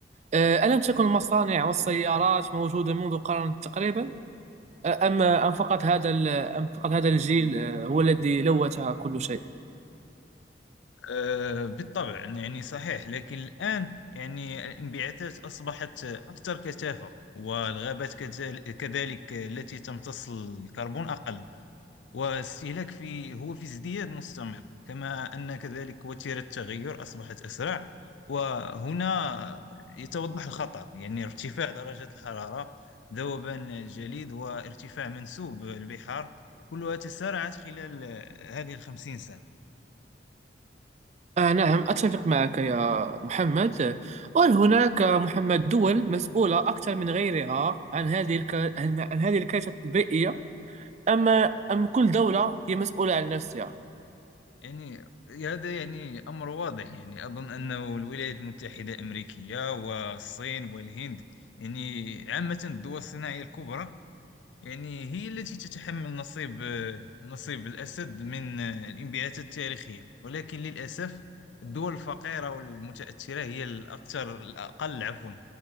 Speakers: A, on the right; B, on the left.
A: آه، ألم تكن المصانع والسيارات موجودة منذ قرن تقريبا آه، أم أم فقط هذا ال- أم فقط هذا الجيل آه، هو الذي لوث كل شيء
B: آه، بالطبع يعني صحيح لكن الآن يعني الانبعاثات أصبحت أكثر كثافة والغابات كذل- كذلك التي تمتص الكربون أقل واستهلاك في هو في ازدياد مستمر كما أن كذلك وتيرة التغير أصبحت أسرع وهنا يتوضح الخطر يعني ارتفاع درجة الحرارة ذوبان الجليد وارتفاع منسوب البحار كلها تسارعت خلال هذه الخمسين سنة
A: آه نعم أتفق معك يا محمد وهل هناك محمد دول مسؤولة أكثر من غيرها عن هذه الك... عن عن هذه الكارثة البيئية أم أم كل دولة هي مسؤولة عن نفسها
B: يعني هذا يعني أمر واضح يعني أظن أنه الولايات المتحدة الأمريكية والصين والهند يعني عامة الدول الصناعية الكبرى يعني هي التي تتحمل نصيب نصيب الأسد من آه، الانبعاثات التاريخية ولكن للأسف الدول الفقيرة والمتأثرة هي الأكثر الأقل عفوا